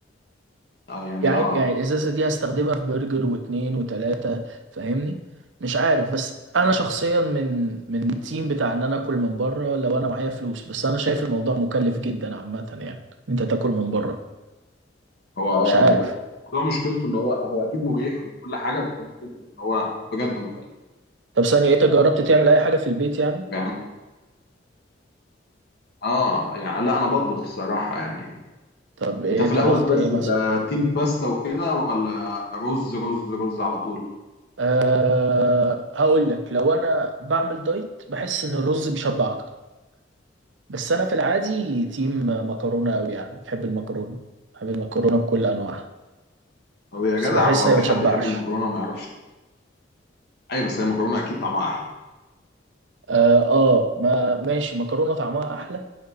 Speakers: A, on the left; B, on the right.
A: آه يعني
B: يعني
A: اه
B: يعني الازازه دي هستخدمها في برجر واتنين وتلاته فاهمني مش عارف بس انا شخصيا من من التيم بتاع ان انا اكل من بره لو انا معايا فلوس بس انا شايف الموضوع مكلف جدا عامه يعني انت تاكل من بره
A: هو اه
B: مش عارف
A: الموضوع الموضوع مشكلته ان هو هو اكيد مريح وكل حاجه بس هو مشكلته ان هو بجد مكلف
B: طب ثانيه إيه، انت جربت تعمل اي حاجه في البيت يعني
A: يعني اه يعني لا انا بطبخ الصراحه يعني
B: طب ايه
A: انت في الاول
B: طبخت
A: بس
B: ايه مثلا
A: انت تيم باستا وكده ولا رز رز رز على طول
B: أه هقول لك لو انا بعمل دايت بحس ان الرز بيشبع اكتر بس انا في العادي تيم مكرونه قوي يعني بحب المكرونه بحب المكرونه بكل انواعها
A: طب يا
B: بس
A: جدع
B: بحس
A: هو
B: اني
A: في
B: ما بتشبعش
A: حد يحب المكرونه ما يعرفش ايوه بس هي المكرونه اكيد طعمها احلى
B: اه آه، ما ماشي مكرونه طعمها احلى